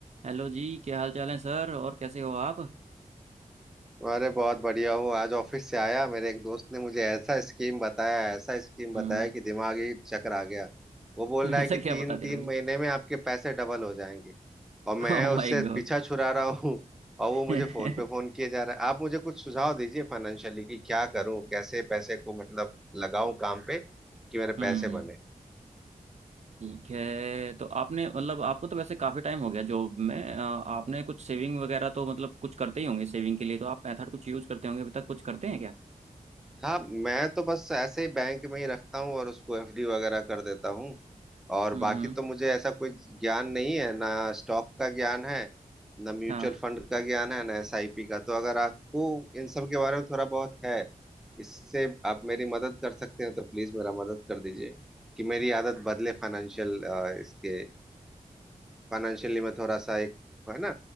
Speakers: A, on the right; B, in the centre.
A: Hello जी क्या हाल चाल है सर और कैसे हो आप
B: अरे बहुत बढ़िया हूँ आज ऑफिस से आया मेरे एक दोस्त ने मुझे ऐसा स्कीम बताया ऐसा स्कीम बताया
A: हम्म
B: कि दिमाग ही चकर आ गया वो बोल
A: <laughs>
B: रहा
A: ऐसा
B: है कि तीन
A: क्या बता
B: तीन
A: दिया भाई
B: महीने में आपके पैसे डबल हो जाएंगे और मैं
A: Oh
B: उससे
A: my God
B: पीछा छुड़ा रहा हूँ और
A: <laughs>
B: वो मुझे फोन पे फोन किए जा रहा है आप मुझे कुछ सुझाव दीजिए फाइनेंशियली कि क्या करूँ कैसे पैसे को मतलब लगाऊं काम पे कि मेरे
A: हम्म
B: पैसे बने
A: ठीक है तो आपने मतलब आपको तो वैसे काफी टाइम हो गया जॉब में अ, आपने कुछ सेविंग वगैरह तो मतलब कुछ करते ही होंगे सेविंग के लिए तो आप मेथड कुछ यूज करते होंगे अभी तक कुछ करते हैं क्या
B: हाँ मैं तो बस ऐसे ही बैंक में ही रखता हूँ और उसको एफडी वगैरह कर देता हूँ और
A: हम्म
B: बाकी
A: हम्म,
B: तो मुझे ऐसा कोई ज्ञान नहीं है ना स्टॉक का ज्ञान है ना म्यूचुअल
A: हाँ
B: फंड का ज्ञान है ना एसआईपी का तो अगर आपको इन सब के बारे में थोड़ा बहुत है इससे आप मेरी मदद कर सकते हैं तो प्लीज मेरा मदद कर दीजिए कि मेरी आदत बदले फाइनेंशियल इसके फाइनेंशियली मैं थोड़ा सा एक है ना